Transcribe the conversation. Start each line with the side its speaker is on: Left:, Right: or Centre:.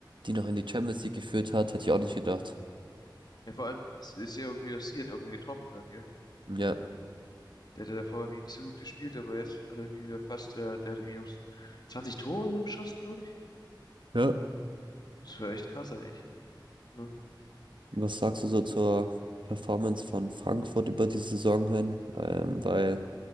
Right: die noch in die Champions League geführt hat, hätte ich auch nicht gedacht.
Left: Ja, vor allem es ist ja irgendwie passiert, irgendwie getroffen dann, gell?
Right: Ja.
Left: Der hatte davor irgendwie nicht so gut gespielt, aber jetzt hat er irgendwie wieder fast, äh, der hat irgendwie noch 20 Tore so geschossen, glaube ich.
Right: Ja.
Left: Das war echt krass eigentlich. Ne?
Right: Was sagst du so zur Performance von Frankfurt über die Saison hin? Ähm, weil